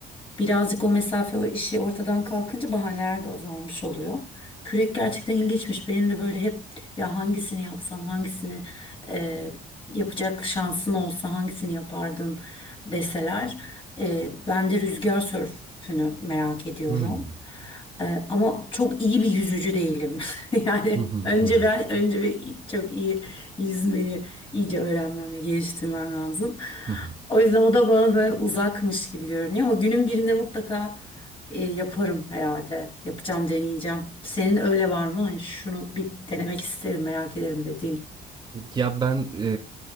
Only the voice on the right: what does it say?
Hmm.
Hı hı
hı hı.
Hı hı.
Ya ben e,